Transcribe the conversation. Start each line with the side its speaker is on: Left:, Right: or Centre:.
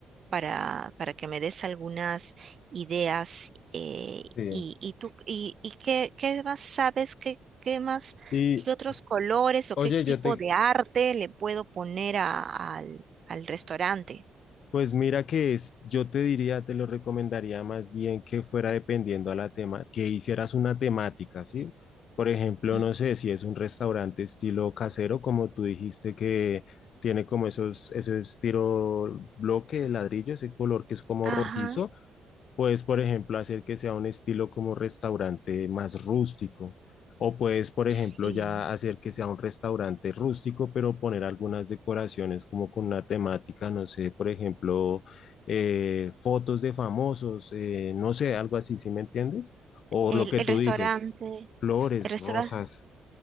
Right: para, para que me des algunas ideas eh,
Left: sí.
Right: y, y tú y, y qué, qué más sabes, qué, qué más,
Left: Y
Right: qué otros colores o
Left: oye,
Right: qué tipo
Left: yo te,
Right: de arte le puedo poner a- al, al restaurante.
Left: Pues mira que es, yo te diría, te lo recomendaría más bien que fuera dependiendo a la tema, que hicieras una temática, ¿sí? Por ejemplo,
Right: Ujú.
Left: no sé si es un restaurante estilo casero, como tú dijiste que tiene como esos, ese estilo bloque de ladrillo, ese color que es como
Right: Ajá,
Left: rojizo, Puedes, por ejemplo, hacer que sea un estilo como restaurante más rústico. O puedes, por
Right: sí.
Left: ejemplo, ya hacer que sea un restaurante rústico, pero poner algunas decoraciones como con una temática, no sé, por ejemplo, eh, fotos de famosos, eh, no sé, algo así, ¿sí me entiendes? O
Right: El,
Left: lo que
Right: el
Left: tú
Right: restaurante,
Left: dices, flores,
Right: el restaurante.
Left: rosas.